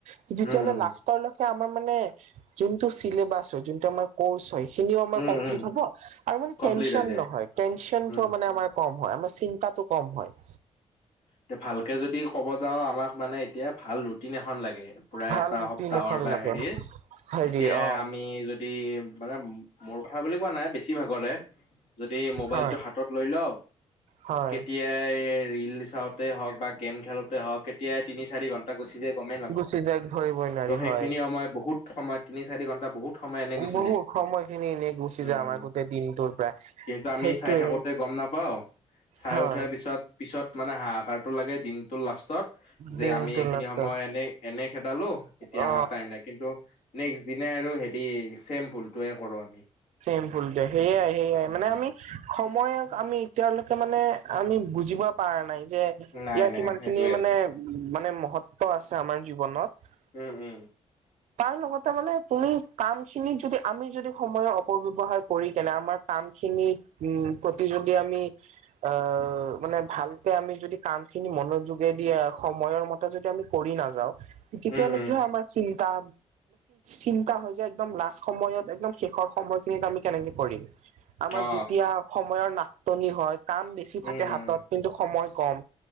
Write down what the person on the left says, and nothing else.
উম, উম, উম,
উম,
উম, উম,
কমপ্লিট
হৈ যায়।
উম,
তে ভালকে যদি ক'ব যাওঁ আমাক মানে এতিয়া ভাল ৰুটিন এখন লাগে। পুৰা
এটা
সপ্তাহৰ
বা
হেৰি
এতিয়া
আমি য দি মানে মোৰ কথা বুলি কোৱা নাই বেছি ভাগৰে যদি মবাইলটো
হা তত লৈ লও
কেতিয়া এ ৰীলচে হওক বা গেম খেলতে হওক কেতিয়া তিনি চাৰি ঘ ণ্টা গুচি যায় গমেই নাপাওঁ
ত সেইখিনি
সময় বহুত সময় তিনি চাৰি ঘন্টা বহুত সময় এনে গুচি
যায়
উম
কিন্তু আমি
চাই থাকোতে গম না পাওঁ চাই
উঠাৰ পিছত, পিছত মানে হাহাকাৰটো লাগে দিনটো লাষ্টত যে
আমি এইখিনি
সময় এনে এনে খেদালো এতিয়া
আমাৰ টাইম নাই কিন্তু নেক্সট দিনাই আৰু হেৰি চেম ভুলটোৱে কৰো আমি।
উম,
নাই
নাই
সেইটোৱে
উম উম
উম
উম
অ
উম
উম